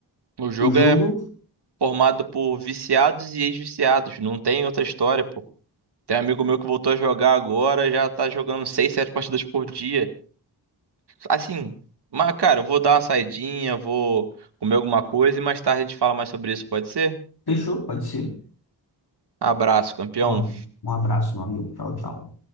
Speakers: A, on the right (about 65°); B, on the left (about 55°).
A: O jogo
B: O jogo
A: é formado por viciados e ex-viciados. Não tem outra história, pô. Tem um amigo meu que voltou a jogar agora, já tá jogando seis, sete partidas por dia. Assim, mas cara, eu vou dar uma saidinha, vou comer alguma coisa e mais tarde a gente fala mais sobre isso, pode ser?
B: fechou, pode ser.
A: Abraço, campeão.
B: Ó, um abraço, meu amigo. Tchau, tchau.